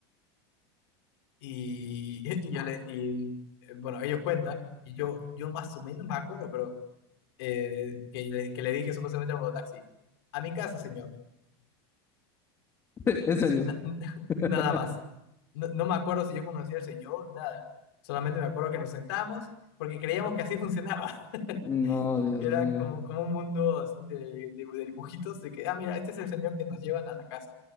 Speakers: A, on the left; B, on the left.
A: Y, <laughs> y yo le, y, eh, bueno, ellos cuentan, y yo, yo más o menos me acuerdo, pero eh, que, le, que le dije supuestamente al mototaxi, a mi casa, señor,
B: <laughs> En serio.
A: Na- <laughs>
B: <laughs>
A: nada más. No, no me acuerdo si yo conocía al señor, nada. Solamente me acuerdo que nos sentamos porque creíamos que así funcionaba, <laughs>
B: No,
A: que
B: Dios
A: era
B: mío.
A: como, como un mundo así de, de, de dibujitos, de que, ah, mira, este es el señor que nos llevan a la casa.